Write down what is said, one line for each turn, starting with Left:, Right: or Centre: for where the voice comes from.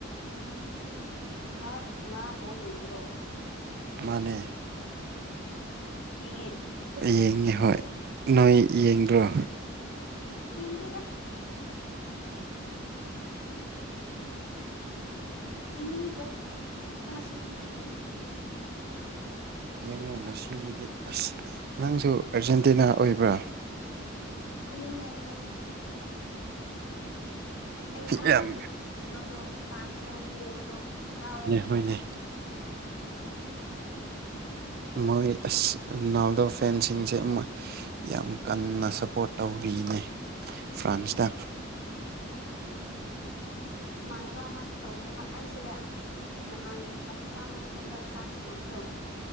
Left: ꯋꯥ ꯋꯥ ꯕ ꯌꯦꯕ꯭ꯔꯣ
Right: ꯃꯥꯅꯦ
Left: ꯌꯦꯡꯉꯦ
Right: ꯌꯦꯡꯉꯤ ꯍꯣꯏ ꯅꯣꯏ ꯌꯦꯡꯗ꯭ꯔꯣ
Left: ꯌꯦꯟꯗꯤꯗ ꯍꯡꯅꯤꯡꯗ꯭ꯔꯦ ꯑꯗꯨꯣ ꯉꯁꯤꯗꯤ ꯌꯦꯡꯒꯅꯤ
Right: ꯌꯦꯡꯉꯣ ꯉꯁꯤꯒꯤꯗꯤ ꯑꯁ ꯅꯪꯁꯨ ꯑꯔꯖꯦꯟꯇꯤꯅꯥ ꯑꯣꯏꯕ꯭ꯔꯥ
Left: ꯏꯏꯅꯦ ꯑꯩ ꯍꯔꯥꯎꯋꯦ
Right: ꯌꯥꯝ
Left: ꯀꯩꯅꯣꯗꯣ ꯐ꯭ꯔꯥꯟꯁꯇꯣ ꯄꯣꯕꯗꯣ ꯍꯔꯥꯎꯋꯦ
Right: ꯑꯩꯣꯏꯅꯦ ꯃꯣꯏ ꯑꯁꯅꯥꯜꯗꯣ ꯐꯦꯟꯁꯤꯡꯁꯦꯣꯏ ꯌꯥꯝ ꯀꯟꯅ ꯁꯞꯄꯣꯔꯠ ꯇꯧꯔꯤꯅꯦ ꯐ꯭ꯔꯥꯟꯁꯇ
Left: ꯏꯃꯥꯟꯅꯕ ꯑꯃꯁꯨ ꯇꯧꯕꯅꯦꯕ ꯑꯩꯁꯦ ꯍꯥꯟ ꯑꯥꯔꯖꯦꯟꯇꯅꯥ ꯃꯇꯨꯡꯗ ꯐ꯭ꯔꯥꯟꯁ ꯕꯗꯣ